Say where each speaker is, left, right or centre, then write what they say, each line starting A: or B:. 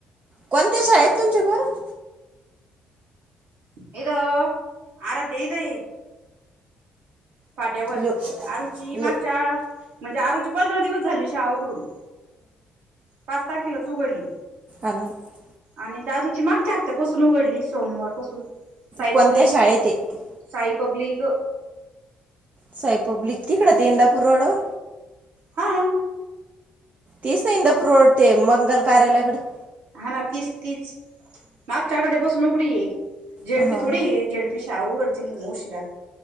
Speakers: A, on the right; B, on the right.
A: कोणत्या शाळेत तुमच्या बरं
B: येथ आराध्य्या इथं ये फाट्यावरन
A: लो
B: आरुची मागच्या
A: लो
B: म्हणजे आरूची पंधरा दिवस झाली शाळा उघडून पाच तारखेलाच उघडली
A: आनंद
B: आणि दादूची मागच्या हफ्त्यापासून उघडली सोमवार साई
A: कोणत्या
B: पब्लिक
A: शाळेत आहे
B: साई पब्लिक
A: साई पब्लिक तिकड ते इंदापूर रोडवर
B: हा
A: तीच इंदापूर रोड ते मंगल कार्यालयाकडं
B: हा ना तीच तीच मागच्या आठवड्या पासून उघडी ये झेडपी
A: हां हां
B: थोडी आहे झेडपी शाळा उघडते ति मग ऊशिरा